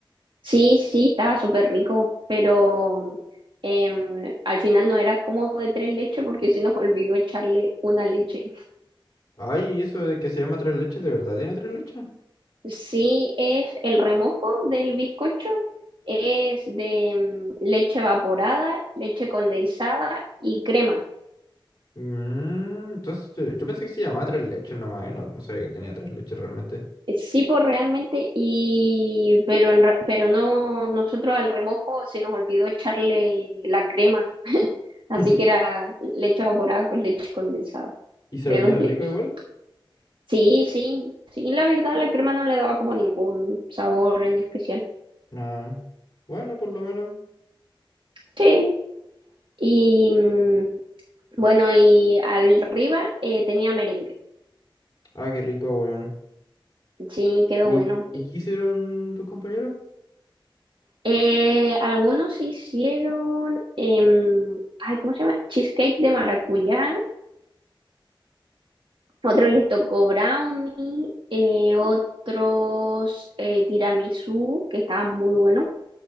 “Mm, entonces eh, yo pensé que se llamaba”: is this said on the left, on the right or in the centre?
Left